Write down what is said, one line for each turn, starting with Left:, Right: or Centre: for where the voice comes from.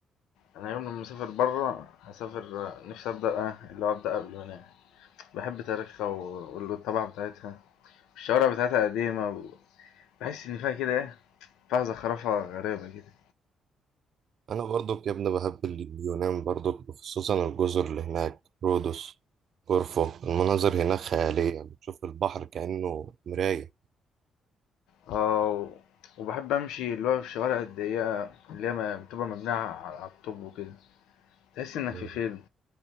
Left: أنا يوم لما أسافر برا هسافر نفسي أبدأ آه، اللي هو أبدأ قبل ما أنام بحب تاريخها و- والطبع بتاعتها الشوارع بتاعتها قديمة و- بحس إن فيها كده إيه فيها زخرفة غريبة كده
Right: انا برضك يا ابني بحب اليونان برضك خصوصا الجزر اللي هناك رودوس كورفو المناظر هناك خيالية بتشوف البحر كأنه مراية
Left: اه و- وبحب أمشي اللي هو في الشوارع الضيقة اللي هي ما- بتبقى مبنية على على الطوب وكده تحس إنك
Right: مم.
Left: في فيلم